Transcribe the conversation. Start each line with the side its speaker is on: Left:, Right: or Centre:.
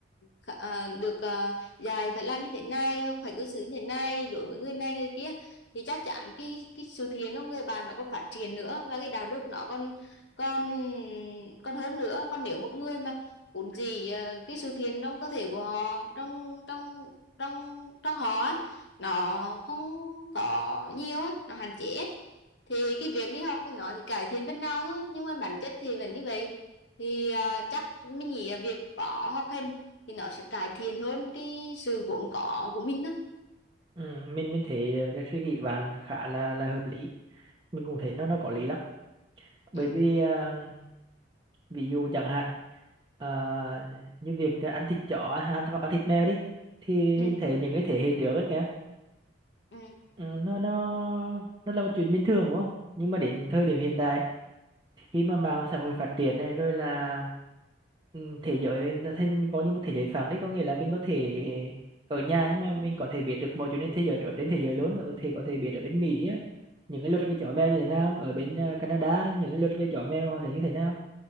Left: khả- ờ, được ờ, dạy phải làm như thế này hoặc phải cư xử như thế này đối với người này người kia thì chắc chắn cái cái sự thiện của người bạn nó còn phát triển nữa và cái đạo đức nó còn còn còn hơn nữa còn nếu một người mà vốn gì ờ, cái sự thiện trong cơ thể của họ trong trong trong trong họ nó không có nhiều á nó hạn chế thì cái việc đi học thì nó thì cải thiện phần nào thôi nhưng mà bản chất thì vẫn như vậy thì à, chắc mình nghĩ là việc có học hành thì nó sẽ cải thiện hơn cái sự vốn có của mình đó
Right: ừ, mình mình thấy ờ, cái suy nghĩ của bạn khá là là hợp lý mình cũng thấy nó nó có lý lắm bởi
Left: ừ
Right: vì à, ví dụ chẳng hạn ờ, như việc ăn thịt chó ăn, ăn hoặc ăn thịt mèo đi thì
Left: ừ
Right: mình thấy những cái thế hệ trước ấy kìa
Left: ừ
Right: ừ, nó nó nó là một chuyện bình thường đúng không nhưng mà đến thời điểm hiện tại khi mà mạng xã hội phát triển này rồi là ừ, thế giới là thêm có như một thế giới phẳng đấy có nghĩa là mình có thể ở nhà nhưng mà mình có thể biết được mọi chuyện trên thế giới ở trên thế giới luôn ở thì có thể biết ở bên Mỹ á, những cái luật về chó mèo như thế nào ở bên ờ, Canada những cái luật về chó mèo họ sẽ như thế nào